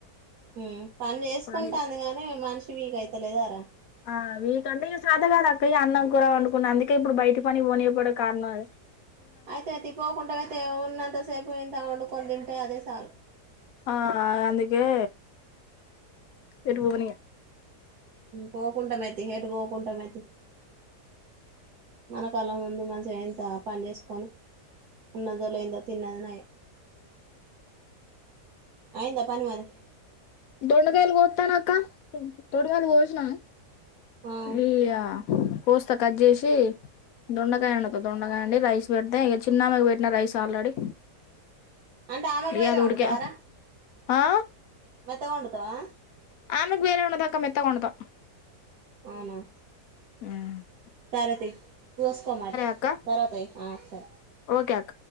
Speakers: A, on the right; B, on the left.
A: మ్ పని చేసుకుంటాంది
B: పని
A: గాని మనిషి వీక్ తలదారా
B: ఆ వీకంటే ఇక శద కాదు అక్క అన్నం కూరవ అనుకున్న అందుకే ఇప్పుడు బయట పని పోనియపోడే కారణం అది
A: అయితే అయితే పోకుండా అయితే ఉన్నంత సేపు ఇంత వండు కొ దంటే అదే చాలు
B: ఆ అందుకే వెరు పోవని
A: పోకుంంటాం అయితి హేడ్ పోకుంటాం అతి మనకళ ముందు మంచిగా ఎంత పని చేసుకొని ఉన్నదోల ఎంద తిన్నద నయా అయ్యిందా పని మారి
B: దొండదయల్ కొత్తనక్కా తోడు వాళ్ళ కొసనవ
A: ఆ
B: ఇగ కోస్తా కట్ చేసి దొండకాయ అన్నత దొండకాయ అండి రైస్ పెడితే ఇక చిన్నమాకి పెట్టిన రైస్ ఆల్రెడీ
A: అంటే ఆమెకు
B: ఇగ
A: వేరే
B: అది
A: వండుతావర
B: ఉడికే ఆ
A: మొత్తం వండుతావా
B: ఆమెగ వేరె ఉండదాక మెత్తగా వండదు
A: అవునా
B: మ్
A: సర తి కొస్కో మరి
B: అక్క
A: తరవాత ఏయి సరే
B: ఓకే అక్క